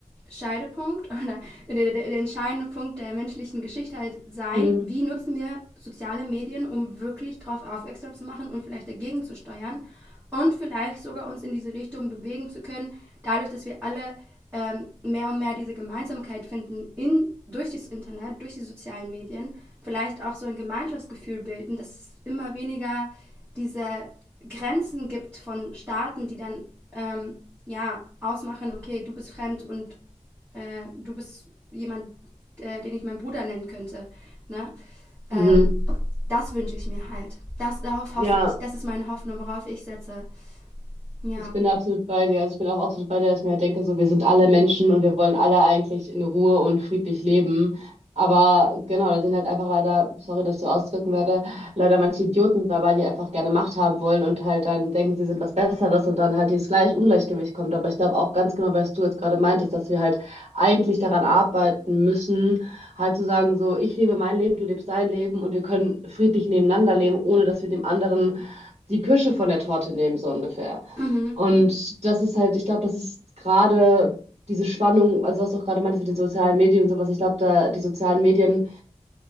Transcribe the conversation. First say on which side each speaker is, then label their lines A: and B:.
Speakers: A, on the right; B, on the right.
A: Scheidepunkt <laughs> oder der, der, der entscheidende Punkt der menschlichen Geschichte halt sein,
B: Mhm.
A: wie nutzen wir soziale Medien, um wirklich darauf aufmerksam zu machen und vielleicht dagegen zu steuern und vielleicht sogar uns in diese Richtung bewegen zu können, dadurch, dass wir alle ähm, mehr und mehr diese Gemeinsamkeit finden in, durch das Internet, durch die sozialen Medien, vielleicht auch so ein Gemeinschaftsgefühl bilden, dass es immer weniger diese Grenzen gibt von Staaten, die dann ähm, ja ausmachen, okay, du bist fremd und äh, du bist jemand, äh, den ich meinen Bruder nennen könnte. Ne? Ähm,
B: Mhm.
A: das wünsche ich mir halt. Das, darauf hoffe
B: Ja.
A: ich. Das ist meine Hoffnung, worauf ich setze. Ja.
B: Ich bin da absolut bei dir. Also ich bin auch absolut bei dir, dass ich mir halt denke, so wir sind alle Menschen und wir wollen alle eigentlich in Ruhe und friedlich leben. Aber genau, da sind halt einfach leider, sorry, dass ich so ausdrücken werde, leider manche Idioten dabei, die einfach gerne Macht haben wollen und halt dann denken, sie sind was Besseres und dann halt dieses gleich Ungleichgewicht kommt. Aber ich glaube auch ganz genau, was du jetzt gerade meintest, dass wir halt eigentlich daran arbeiten müssen, halt zu sagen, so ich lebe mein Leben, du lebst dein Leben und wir können friedlich nebeneinander leben, ohne dass wir dem anderen die Kirsche von der Torte nehmen, so ungefähr.
A: Mhm.
B: Und das ist halt, ich glaube, das ist gerade diese Spannung, also was du auch gerade meintest mit den sozialen Medien und sowas, ich glaube, da die sozialen Medien